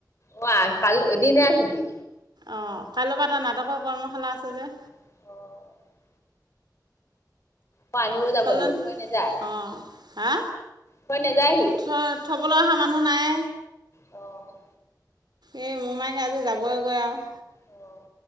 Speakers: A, on the left; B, on the right.
A: অ', আ কালি এদিনহে ছুটি
B: অ', কাইলৈৰ পৰা তাৰ নাটকৰ কৰ্মশালা আছে যে।
A: অ'। আকৌ আনিবও যাব
B: ছোৱালীজন
A: লাগিব, থৈ নাযায়,
B: অঁ হা
A: থৈ নাযায়হি?
B: থ থ'বলৈ অহা মানুহ নাই।
A: অ'।
B: এই, মোমায়েক আজি যাবইগৈ আৰু।
A: অ'।